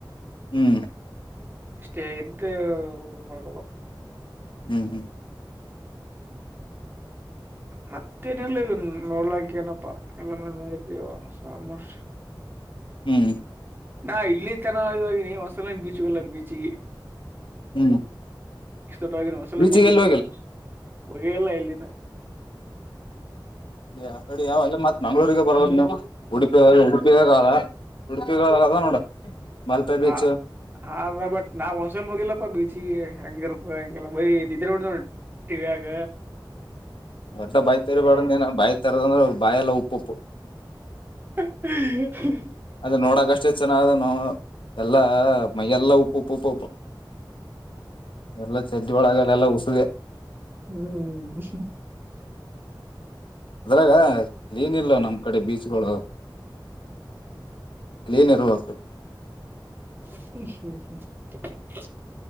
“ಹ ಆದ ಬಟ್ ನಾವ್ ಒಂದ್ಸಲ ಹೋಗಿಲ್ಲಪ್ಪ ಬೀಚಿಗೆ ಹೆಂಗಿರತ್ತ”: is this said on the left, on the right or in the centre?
Right